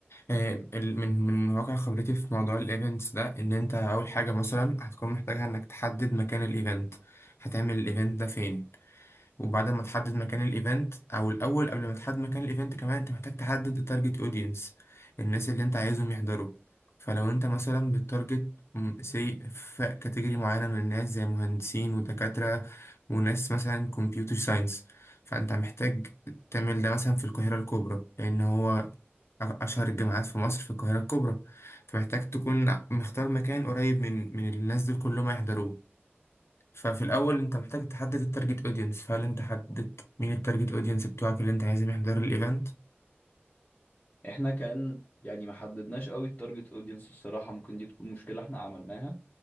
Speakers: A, on the left; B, on the left.
A: آه، ال- من من واقع خبرتي في موضوع الايفنتس ده ان انت اول حاجه مثلا هتكون محتاج انك تحدد مكان الايفنت هتعمل الايفنت ده فين وبعد ما تحدد مكان الايفنت او الاول قبل ما تحدد مكان الايفنت كمان انت محتاج تحدد التارجت اودينس الناس اللي انت عايزهم يحضروا فلو انت مثلا بالتارجت سي في كاتيجوري معينه من الناس زي مهندسين ودكاتره وناس مثلا كمبيوتر ساينس فانت محتاج تعمل ده مثلا في القاهره الكبرى لان هو أشهر الجامعات في مصر في القاهرة الكبرى فمحتاج تكون مختار مكان قريب من من الناس دول كلهم هيحضروه ففي الأول أنت محتاج تحدد التارجت أودينس فهل أنت حددت مين التارجت أودينس بتوعك اللي أنت عايزهم يحضروا الإيفنت؟
B: احنا كان يعني ما حددناش قوي التارجت اودينس الصراحة ممكن دي تكون مشكلة احنا عملناها